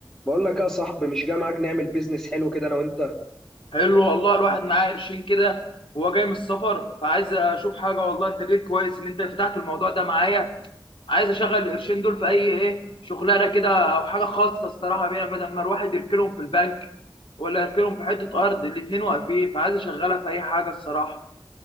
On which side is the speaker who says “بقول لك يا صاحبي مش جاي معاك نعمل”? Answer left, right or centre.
Centre